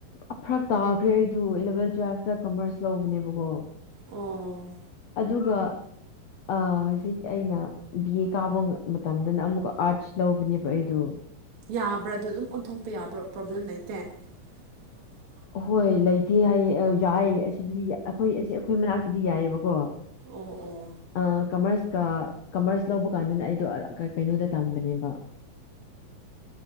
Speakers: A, on the left (about 60°); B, on the right (about 55°).
A: ꯑ ꯐꯔꯥꯛ ꯇꯥꯈ꯭ꯔꯦ ꯑꯩꯗꯨ ꯏꯂꯕꯦꯟ ꯇꯨꯋꯦꯜꯐꯇꯥ ꯀꯃꯔꯁ ꯂꯧꯕꯅꯦꯕꯀꯣ꯫
B: ꯑꯣ
A: ꯑꯗꯨꯒ ꯑꯥ ꯍꯧꯖꯤꯛ ꯑꯩꯅ ꯕꯤ ꯑꯦ ꯀꯥꯕ ꯃꯇꯝꯗꯅ ꯑꯃꯨꯛꯀ ꯑꯥꯔꯠꯁ ꯂꯧꯕꯅꯦꯕ ꯑꯩꯗꯨ
B: ꯌꯥꯕ꯭ꯔꯥ ꯑꯗꯨ ꯑꯗꯨꯝ ꯑꯣꯟꯊꯣꯛꯄ ꯌꯥꯕ꯭ꯔꯣ ꯄ꯭ꯔꯣꯕ꯭ꯂꯦꯝ ꯂꯩꯇꯦ? <inaudible>
A: ꯑꯍꯣꯏ ꯂꯩꯇꯦ ꯍꯥꯏꯌꯦ ꯑꯥ ꯌꯥꯏ ꯑꯁꯤꯗꯤ ꯑꯩꯈꯣꯏ ꯑꯁꯤ ꯑꯩꯈꯣꯏ ꯃꯅꯛꯇꯗꯤ ꯌꯥꯏꯑꯕꯀꯣ
B: ꯑꯣ ꯑꯣ
A: ꯑꯥ ꯀꯃꯔꯁ ꯀꯥ ꯀꯥꯃꯔꯁ ꯂꯧꯕ ꯀꯥꯟꯗꯅ ꯑꯩꯗꯣ ꯀꯩꯅꯣꯗ ꯇꯝꯕꯅꯦꯕ